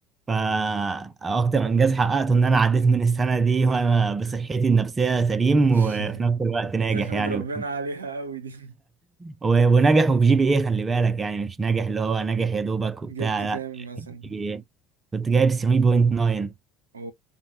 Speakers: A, on the right; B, on the right.
A: فأكتر إنجاز حققته إن أنا عديت من السنة دي وأنا بصحتي النفسية سليم
B: <laughs>
A: وفي نفس الوقت ناجح
B: تحمد
A: يعني
B: ربنا
A: <laughs>
B: عليها قوي دي
A: و- وناجح وفي جي بي إيه خلي بالك يعني مش ناجح اللي هو ناجح يا دوبك
B: <laughs>
A: وبتاع
B: جبت كام
A: لا
B: مثلا
A: جي بي إيه كنت جايب 7.9
B: او